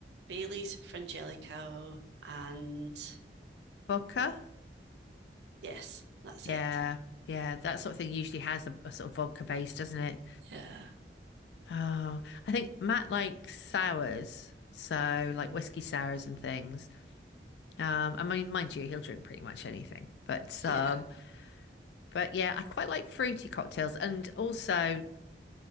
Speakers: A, on the right; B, on the left.
A: Bailey's frangelica and
B: Vodka,
A: yes, that's
B: yeah,
A: it.
B: yeah, that sort of thing usually has a, a sort of vodka base, doesn't it?
A: Yeah,
B: Oh, I think Matt likes sours, so like whiskey sours and things. Um, I mean, mind you, he'll drink pretty much anything. But
A: <laughs>
B: um,
A: yeah,
B: but yeah, I quite like fruity cocktails, and also